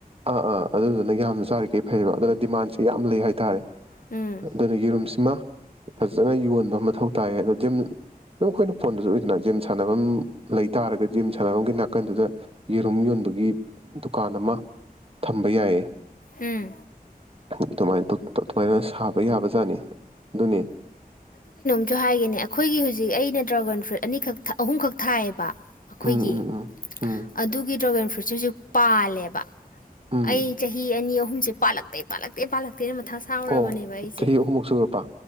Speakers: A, on the right (about 40°); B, on the left (about 60°).
A: ꯑꯥ ꯑꯥ ꯑꯗꯨꯗꯨꯅ ꯌꯥꯝ ꯆꯥꯔꯤꯈꯩ ꯐꯩꯑꯕ ꯑꯗꯨꯅ ꯗꯤꯃꯥꯟꯁꯦ ꯌꯥꯝ ꯂꯩ ꯍꯥꯏꯇꯥꯔꯦ
B: ꯎꯝ
A: ꯑꯗꯨꯅ ꯌꯦꯔꯨꯝꯁꯤꯃ ꯐꯖꯅ ꯌꯣꯟꯗ ꯃꯊꯧ ꯇꯥꯏꯌꯦ ꯑꯗꯣ ꯖꯤꯝ ꯑꯗꯨꯝ ꯑꯩꯈꯣꯏꯅ ꯐꯣꯟꯗꯁꯨ ꯑꯣꯏꯗꯅꯝ ꯁꯥꯟ ꯥꯒꯨꯟ ꯁꯥꯅꯕ ꯂꯩ ꯇꯔꯒꯗꯤ ꯁꯥꯟꯅꯕꯒꯤ ꯅꯥꯀꯟꯗꯨꯗ ꯌꯦꯔꯨꯝ ꯌꯣꯟꯕꯒꯤ ꯗꯨꯀꯥꯟ ꯑꯃ ꯊꯝꯕ ꯌꯥꯏꯌꯦ
B: ꯎꯝ
A: ꯑꯗꯨꯃꯥꯏꯅ ꯇꯧ ꯇꯣꯃꯥꯏꯅ ꯊꯥꯕ ꯌꯥꯕ ꯖꯥꯠꯅꯤ ꯑꯗꯨꯅꯤ
B: ꯑꯗꯨꯨ ꯍꯥꯏꯒꯦꯅꯦ ꯑꯩꯈꯣꯏꯒꯤ ꯍꯧꯖꯤꯛ ꯑꯩꯅ ꯗ꯭ꯔꯥꯒꯟ ꯐ꯭ꯔꯨꯏꯠ ꯑꯅꯤꯈꯛ ꯑꯍꯨꯝꯈꯛ ꯊꯥꯏꯌꯦꯕ ꯑꯩꯈꯣꯏꯒꯤ
A: ꯎꯝ ꯎꯝ ꯎꯝ ꯎꯝ
B: ꯑꯗꯨꯒꯤ ꯗ꯭ꯔꯣꯒꯟ ꯐ꯭ꯔꯨꯠꯁ ꯍꯧꯖꯤꯛ ꯄꯥꯜꯂꯦꯕ
A: ꯎꯝ
B: ꯑꯩ ꯆꯍꯤ ꯑꯅꯤ ꯑꯍꯨꯝ ꯑꯨꯝꯁꯦ ꯄꯜꯂꯛꯇꯇꯩ ꯄꯥꯂꯛꯇꯦ ꯄꯥꯂꯛꯇ ꯀꯔꯤꯅꯣ ꯗ ꯇꯦꯜ ꯃꯊꯥ ꯁꯥꯎꯔꯕꯅꯦꯕ
A: ꯑꯣ
B: ꯑꯩꯁꯦ
A: ꯆꯍꯤ ꯑꯍꯨꯝꯃꯨꯛ ꯁꯨꯔꯄ